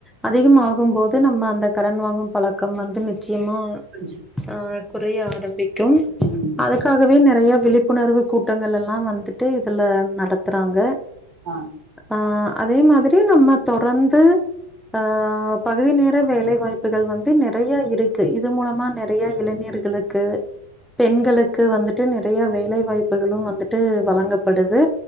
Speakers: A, in the centre; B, on the right (about 35°).
A: அதிகம் ஆகும் போது நம்ம அந்த கடன் வாங்கும் பழக்கம் வந்து நிச்சயமா
B: புரிஞ்சிரும்
A: ஆ குறைய ஆரம்பிக்கும்
B: ம்
A: இதுக்காகவே நெறைய விழிப்புணர்வு கூட்டங்கள் எல்லா வந்துட்டு இதுல நடத்துறாங்க
B: ஆ
A: ஆ அதே மாதிரி நம்ம தொரந்து ஆ பகுதி நேர வேலை வாய்ப்புகள் வந்து நெறைய இருக்கு இது மூலமா நெறையா இளைஞர்களுக்கு க்கு பெண்களுக்கு வந்துட்டு நெறைய வேலை வாய்ப்புகளும் வந்துட்டு ட்டு வழங்கப்படுது